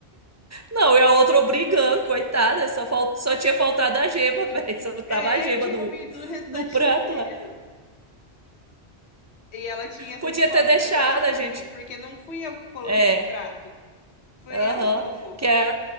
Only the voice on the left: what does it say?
É,
eu tinha
comido o restante
inteiro.
E ela tinha esse
negócio,
né, dela servir,
porque não fui eu que coloquei
no prato, foi
ela que colocou.